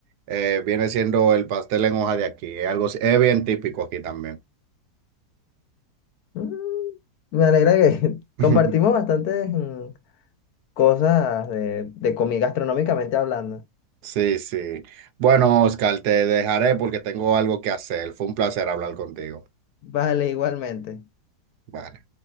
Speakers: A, on the right (about 70°); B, on the left (about 65°).
A: eh, viene siendo el pastel en hoja de aquí. Es algo, es bien típico aquí también.
B: Mm, me alegra que <laughs>
A: <laughs>
B: compartimos bastantes mm, cosas de, de comi- gastronómicamente hablando.
A: Sí, sí. Bueno, Oscar, te dejaré porque tengo algo que hacer. Fue un placer hablar contigo.
B: Vale, igualmente.
A: Bye.